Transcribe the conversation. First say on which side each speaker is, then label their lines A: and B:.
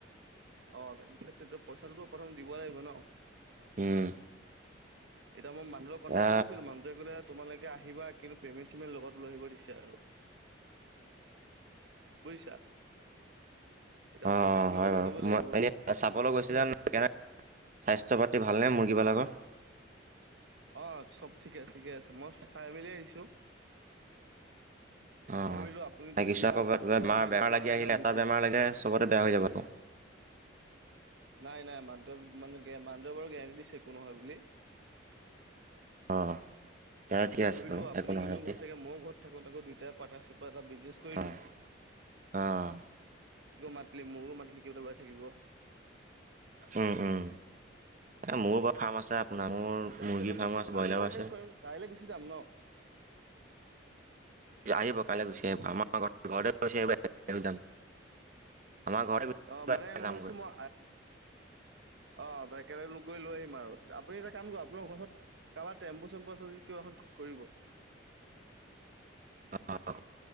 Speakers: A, on the right; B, on the right.
A: অ তেয়া পইচাটোো প্ৰথম দিব লাগিব ন
B: উম
A: এতি মানুহক কটেক্ট
B: অ
A: কৰিছিলো মুহোৱে কলে তোমালোকে আহিবা কিু পেমেণ্ চমেট লগতৈ আহিব দিছে আৰু বুজিছা এতিয়া মই
B: অ
A: পেমেণ্টটো
B: অ
A: লগত
B: হয়
A: লৈ
B: বাৰু
A: যাব লাগিব
B: মই এনে চাবলৈ গৈছিলোাস পাতচৰ পাতি ভালনেে মুৰ্গীা লগৰ
A: অ চব ঠিকে ঠিকে আছে মই চাই মেলি আহিছো
B: অ'।
A: ন ভাবিলো আপুনিতো
B: লাগিছে
A: এতিয়া
B: আকৌ বেমাৰ
A: বৰ্তমান একো
B: বেমাৰ
A: কোৱা
B: লাগি
A: নাই
B: আহিলে
A: ন দুট
B: এটা বেমাৰ লাগে চবতে বেয়া হৈ যাব আকৌ।
A: <unintelligible> নাই নাই মানুহে মানে মানুহে বাৰু গেৰেণ্টি দিছে একো নহয় বুলি
B: অ তেতিয়াহ'লে ঠিকে
A: মই
B: আছে
A: ভাবিলো
B: বাৰু
A: আপুনি
B: একো নহয়
A: ইনেও
B: যদি
A: ঘৰত থাকে মই ঘৰত দুা থাকিব
B: অ', অ',
A: মাতিলে মোৰো মাতিলে কিবাটাওাই থাকিব
B: উম উম এ মোৰোৰ ফাৰ্ম আছে আপোনাৰ মোৰ
A: এতিয়া
B: মুৰ্গী
A: তেনে মই
B: ফাৰ্মো আছে
A: আমি
B: ব্ৰইলাৰো
A: তেতিয়া
B: আছে
A: কাম কৰিম কাইলৈ গুচি যাম ন
B: আহিব কাইলৈ গুচি আহিব আমাৰ ঘ ঘৰতে গুি আহিব যাম আমাৰ ঘৰতে
A: অ মানে মই
B: যামগৈ
A: ভাবিছো মই অ ত একেবগ লগ গৈ লৈ আহিম আৰু আপুনি এটা কাম কৰ আপোনাৰ ঘচৰত কাৰোবাৰ টেম্পু চেম্পু আছে যদি কিবা এখন ঠিক কৰিব
B: অ